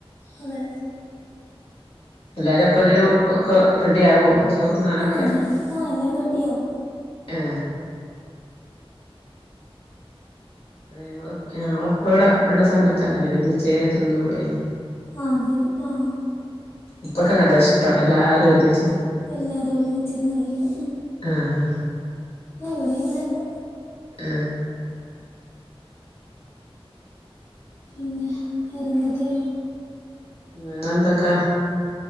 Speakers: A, on the left; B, on the left.
A: അതെ
B: എല്ലാരുംപ്പതിനും ഒക്കെ റെഡി ആവോ ചോറ്ണ്ണാനൊക്കെ,
A: ആഹ് ആഹ് എല്ലാക്കെ റെഡിയാവും
B: ആ ഞങ്ങള്, ഞങ്ങളപ്പ അവിടെ ഉള്ള സമയത്ത് അങ്ങനെ ആരുന്നു ഒരുമിച്ചേ തിന്നൂ ളേ
A: ആ, ശരി ആ
B: ഇപ്പൊക്കെ അങ്ങത ഇഷ്ടം എല്ലാരും ഒരുമി
A: എല്ലാവരും ഒരുമിച്ചിരുന്ന് കഴിക്കണം,
B: ആഹ്
A: ആ ഇവിടെ അങ്ങനെയൊക്കെ
B: ആ
A: പിന്നെ വേറെന്തൊക്കെയ?
B: വേറെ എന്തൊക്കാ,